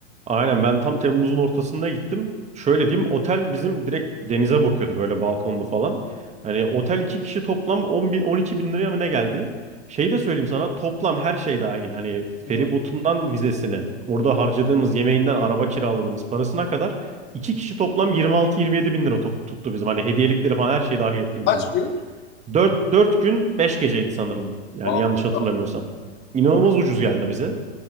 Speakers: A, on the right; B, on the left.
A: aynen ben tam Temmuz'un ortasında gittim. Şöyle diyeyim otel bizim direkt denize bakıyordu böyle balkonlu falan. Hani otel iki kişi toplam 10 bin 12 bin liraya mı ne geldi? Şey de söyleyeyim sana toplam her şey dahil. Hani feribotundan
B: Hı.
A: vizesine, orada harcadığımız yemeğinden araba kiraladığımız parasına kadar iki kişi toplam yirmi altı yirmi yedi bin lira top, tuttu bizim. Hani hediyelikleri falan her şey dahil ettim içine.
B: kaç gün?
A: Dört dört gün 5 geceydi sanırım. Yani
B: Aa,
A: yanlış hatırlamıyorsam. İnanılmaz ucuz geldi bize.